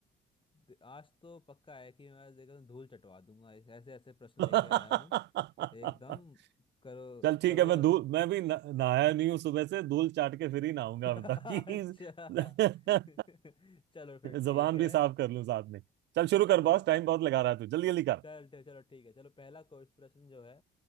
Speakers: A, on the left; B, on the right.
A: दे- आज तो पक्का है कि मैं आज देखो धूल चटवा दूंगा ऐसे ऐसे प्रश्न
B: <laughs>
A: लेके आया हूँ एकदम करो
B: चल ठीक
A: करो
B: है
A: या
B: मैं धूल मैं भी न- नहाया नहीं हूं सुबह से धूल चाट के फिर ही नहाऊंगा
A: <laughs> अच्छा
B: ताकि <laughs>
A: <laughs> चलो फिर ठीक
B: जबान
A: है
B: भी साफ कर लूं साथ में चल शुरू
A: चलो
B: कर बॉस टाइम बहुत लगा रहा है तू जल्दी जल्दी कर
A: चल चल- चलो ठीक है चलो पहला क्वेश्चन प्रश्न जो है